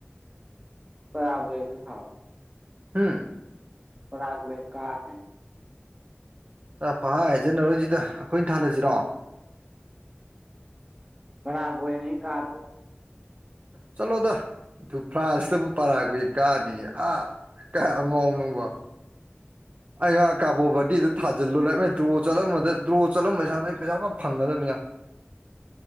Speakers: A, on the right (about 20°); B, on the right (about 40°).
A: ꯄꯔꯥꯎꯒꯦꯗꯥ ꯊꯥꯎ
B: ꯎꯝ
A: ꯄꯔꯥꯎꯒꯦꯋꯅ ꯀꯥꯅꯤ <unintelligible>
B: ꯑ ꯄꯥ ꯍꯥꯏꯖꯟꯅꯔꯣꯏꯖꯤꯗ ꯑꯩꯈꯣꯏꯅꯤ ꯊꯥꯅꯖꯤꯔꯣ
A: ꯀꯔꯥꯒꯣꯏꯅ ꯍꯦꯛ ꯀꯥꯗ꯭ꯔꯕ
B: ꯆꯠꯂꯣꯗ ꯑꯗꯨ ꯐ꯭ꯔꯥꯟꯁꯇꯕꯨ ꯄꯔꯥꯎꯒꯦ ꯀꯥꯅꯤꯌꯦ ꯑꯥ ꯀꯥꯏ ꯑꯉꯥꯎꯕꯅꯣ ꯅꯪꯕꯣ ꯑꯩ ꯉꯔꯥꯡ ꯀꯥꯕꯣ ꯕꯔꯗꯤꯗ ꯊꯥꯖꯤꯜꯂꯨ <unintelligible> ꯗ꯭ꯔꯣ ꯆꯠꯂꯝꯕꯗ ꯗ꯭ꯔꯣ ꯆꯠꯂꯝꯕꯁꯦ ꯍꯥꯟꯗꯩ ꯄꯩꯁꯥ ꯐ ꯐꯪꯒꯗꯕꯅꯤꯅ